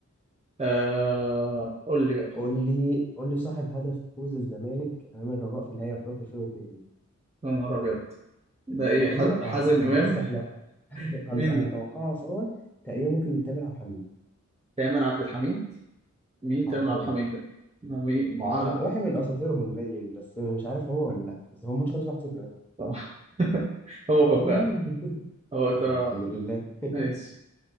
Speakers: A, on the right; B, in the centre.
A: آه... قول لي بقى
B: قول لي قول لي صاحب هدف فوز الزمالك امام الرجاء في نهائي افريقيا 2002
A: يا نهار ابيض ده ايه
B: تقريبا
A: ح- حازم
B: اعتقد
A: امام
B: بص احنا <laughs> هنت-
A: مين
B: هنتوقعها
A: ده
B: سوا تقريبا ممكن تامر عبد الحليم
A: تامر عبد الحميد مين تامر
B: اعتقد
A: عبد الحميد ده ما مين مع
B: كان واحد من اساطيرهم باين بس مش عارف هو ولا لا بس هو الماتش خلص 1-0
A: طبعا <laughs> هو هو
B: <laughs>
A: فعلا هو طبعا
B: طب الحمد لله <laughs>
A: ماشي